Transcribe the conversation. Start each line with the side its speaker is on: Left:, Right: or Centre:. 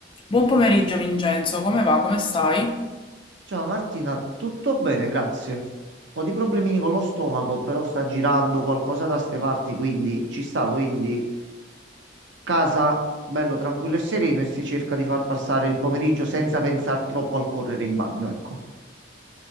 Left: Buon pomeriggio Vincenzo, come va? Come stai?
Right: Ciao Martina, tutto bene, grazie. Un po' di problemini con lo stomaco, però sta girando qualcosa da ste parti, quindi ci sta, quindi casa bello tranquillo e sereno e si cerca di far passare il pomeriggio senza pensare troppo al correre in bagno, ecco.